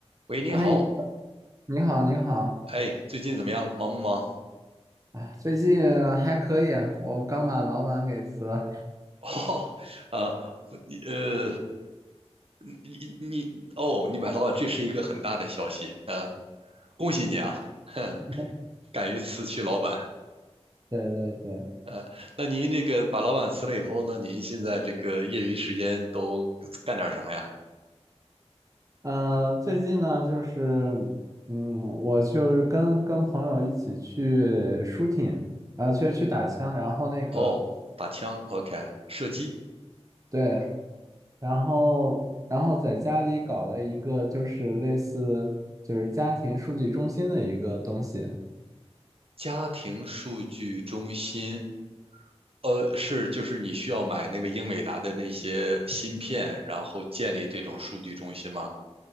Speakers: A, on the right (about 60°); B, on the right (about 30°).
A: 喂，你好，
B: 嗨，你好，你好，
A: 哎，最近怎么样？忙不忙？
B: 啊，最近还可以啊，我刚把老板给辞了。
A: <laughs> 哦，呃，你呃，你你哦，你买老板，这是一个很大的消息，呃，恭喜你啊，<laughs>
B: <laughs>
A: 敢于辞去老板，
B: 对对对，
A: 呃，那您这个把老板辞了以后呢，您现在这个业余时间都干点什么呀？
B: 呃，最近呢，就是，嗯，我就是跟跟朋友一起去 shooting，啊，呃去去打枪，然后那个，
A: 哦，打枪，OK，射击，
B: 对，然后然后在家里搞了一个就是类似就是家庭数据中心的一个东西，
A: 家庭数据中心，呃，是就是你需要买那个英伟达的那些芯片，然后建立这种数据中心吗？